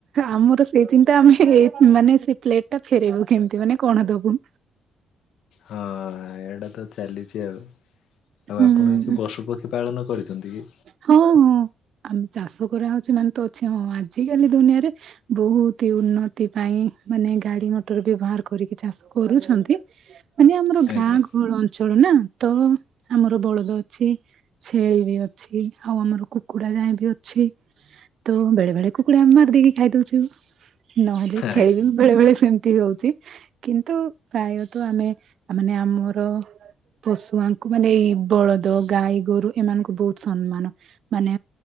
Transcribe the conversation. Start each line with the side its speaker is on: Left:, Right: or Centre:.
Right: ଆମର ସେଇ ଚିନ୍ତା ଆମେ ଏଇ ମାନେ ସେ ପ୍ଲେଟ ଟା ଫେରେଇବୁ କେମିତି? ମାନେ କଣ ଦବୁ?
Left: ହଁ ଏଇଟା ତ ଚାଲିଛି ଆଉ। ଆଉ
Right: ହୁଁ
Left: ଆପଣ କିଛି ପଶୁପକ୍ଷୀ ପାଳନ କରିଛନ୍ତି କି?
Right: ହଁ ହଁ। ଆମେ ଚାଷ କରାହଉଛି ମାନେ ତ ଅଛି। ହଁ ହଁ, ଆଜିକାଲି ଦୁନିଆରେ ବହୁତି ଉନ୍ନତି ପାଇଁ ମାନେ ଗାଡି ମଟର ବ୍ୟବହାର କରିକି ଚାଷ କରୁଛନ୍ତି। ମାନେ ଆମର
Left: ଆଜ୍ଞା
Right: ଗାଁ ଗହଳ ଅଞ୍ଚଳ ନା ତ ଆମର ବଳଦ ଅଛି। ଛେଳି ବି ଅଛି। ଆଉ ଆମର କୁକୁଡା ଯାଏ ବି ଅଛି। ତ ବେଳେ ବେଳେ କୁକୁଡା ମାରି ଦେଇକି ଖାଇ ଦଉଛୁ। ନହେଲେ ଛେଳି
Left: ଆଜ୍ଞା
Right: ବି ବେଳେ ବେଳେ ସେମ ତି ହଉଛି। କିନ୍ତୁ ପ୍ରାୟତଃ ଆମେ ତାମାନେ ଆମର ପଶୁଆଙ୍କୁ ମାନେ ଏଇ ବଳଦ, ଗାଈ, ଗୋରୁ ଏମାନଙ୍କୁ ବହୁତ ସନମାନ। ମାନେ